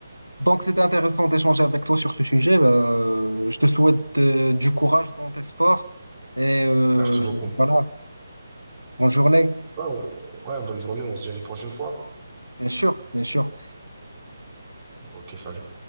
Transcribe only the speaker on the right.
Merci beaucoup. Ouais,
on- ouais, bonne journée, on se dit à une prochaine fois.
Ok, salut.